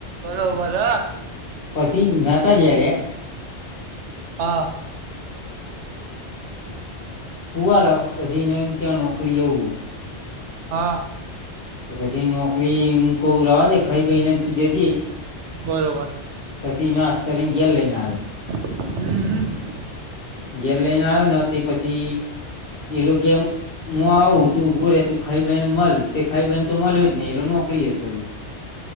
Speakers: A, on the right (about 80°); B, on the left (about 55°).
A: બરોબર હ.
B: પછી ના્હતા જલે.
A: હા.
B: ફુવાર પછીને ક્યાં નોકરી જવું હોય. હ <inaudible>
A: હા.
B: તો પછી નોકરી મ કું રવાજે ખાઈ બહીને તું જજે.
A: બરોબર.
B: પછી એના અસ્તરેને ગેલ લઈને આવ્યો.
A: હમ.
B: ઘેર લઈને આવ્યો ને તે પછી એરો કે હું આવું તું બોરે તું ખાઈ બેન મળ તે ખાઈ બેન તો મળ્યું જ નહી એ નોકરી હોરી.